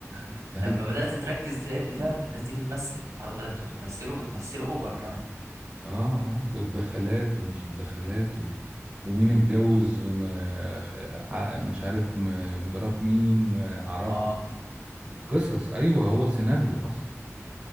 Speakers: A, on the right (about 25°); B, on the right (about 70°).
A: <laughs>
B: لما بدأت تركز تلاقي ان فعلا الناس دي بتمثل اه ده انتوا بتمثلوا بتمثلوا اوفر كمان
A: اه اه والدخلات ومش الدخلات و... ومين اتجوز م... ع- مش عارف م... مرات مين آه، عرفها
B: اه
A: قصص ايوه هو سيناريو اصلا